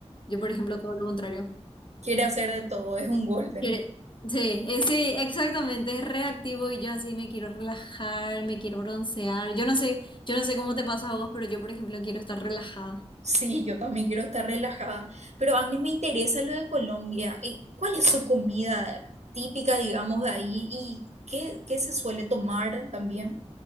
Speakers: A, on the left; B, on the right.
A: Yo, por ejemplo, todo lo contrario.
B: quiere hacer de todo, es un golden.
A: Quiere- Sí, eh, sí, exactamente, es reactivo y yo así me quiero relajar, me quiero broncear. Yo no sé, yo no sé cómo te pasa a vos, pero yo, por ejemplo, quiero estar relajada.
B: Sí, yo también quiero estar relajada. Pero Agnes, me interesa lo de Colombia. Eh, ¿Cuál es su comida típica, digamos, de ahí? ¿Y qué, qué se suele tomar también?